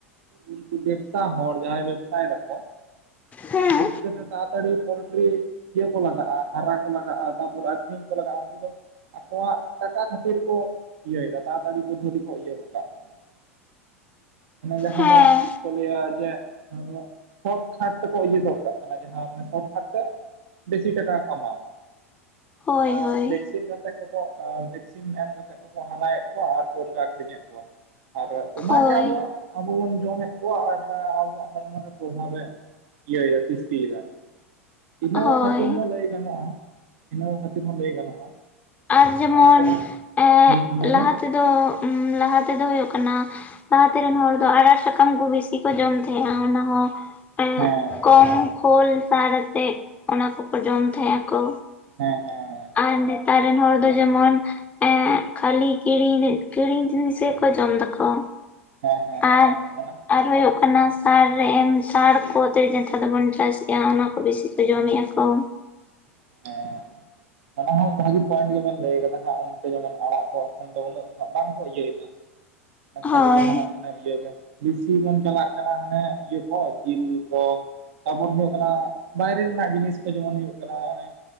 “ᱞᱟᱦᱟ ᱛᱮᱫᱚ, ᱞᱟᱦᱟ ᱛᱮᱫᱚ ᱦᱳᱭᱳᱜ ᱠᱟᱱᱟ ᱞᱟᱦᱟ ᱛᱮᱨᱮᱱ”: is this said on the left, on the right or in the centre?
Left